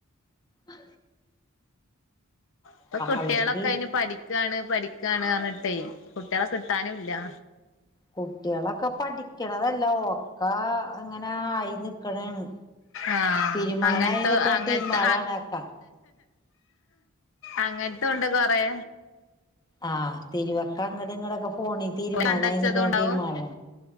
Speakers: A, on the left; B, on the left.
A: ആ
B: ഇപ്പൊ കുട്ടികളൊക്കെ
A: അവര്ക്ക്
B: അയിന് പഠി ക്കാണ് പഠിക്കാണ് പറഞ്ഞി ട്ടേ കുട്ടികളെ കിട്ടാനും ഇ ല്ലാ
A: കുട്ടികളൊക്കെ പഠിക്കണതല്ലാ, ഒക്കെ ഇങ്ങനെ ആയി നിക്കണേയാണ്
B: ആഹ്
A: തീരുമാനായി
B: അങ്ങനത്തെ
A: നിക്കണ
B: അങ്ങനത്തെ
A: ടീമുകളാണ് ഒക്കെ
B: അങ്ങനത്തുണ്ട് കൊറെ
A: ആ തിരുവെക്കാൻ ഇങ്ങട് ഇങ്ങടൊക്കെ പോണി തീരുമാനായി
B: കണ്ടച്ചതും
A: നിക്കണ
B: ഉണ്ടാവും
A: ടീമാണ്